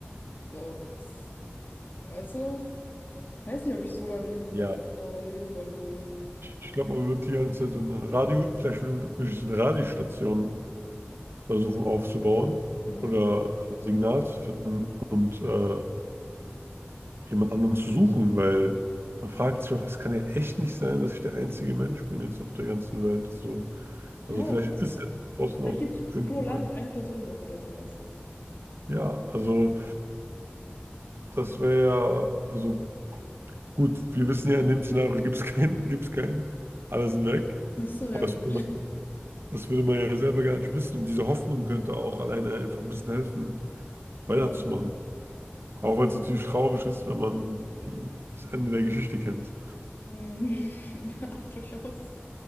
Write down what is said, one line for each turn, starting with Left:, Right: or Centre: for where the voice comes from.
Left: So, das, weißt du? Ich weiß nicht, ob ich so dann irgendwie
Right: Ja.
Left: noch äh, leben wollen würde.
Right: Ich glaube, man wird die ganze Zeit so eine Radio, vielleicht würde, würde ich so eine Radiostation versuchen aufzubauen
Left: Mhm.
Right: oder ein Signal zu finden und äh, jemand anderen zu suchen, weil man fragt sich auch, es kann ja echt nicht sein, dass ich der einzige Mensch bin jetzt auf der ganzen Welt. So.
Left: Ja,
Right: Also vielleicht
Left: genau. das-
Right: ist ja draußen
Left: Vielleicht
Right: noch
Left: gibt's
Right: irgendjemand.
Left: pro Land eine Person noch oder sowas.
Right: Ja, also das wäre ja, also gut, wir wissen ja, in dem Szenario gibt es keinen, gibt es keinen, alle sind weg.
Left: Ach so, ja,
Right: Aber
Left: gut.
Right: das würde man, das würde man ja selber gar nicht wissen. Und diese Hoffnung könnte auch alleine einfach ein bisschen helfen, weiterzumachen.
Left: Ja.
Right: Auch wenn es natürlich traurig ist, wenn man die, das Ende der Geschichte kennt.
Left: Mm, <laughs> Ja, durchaus.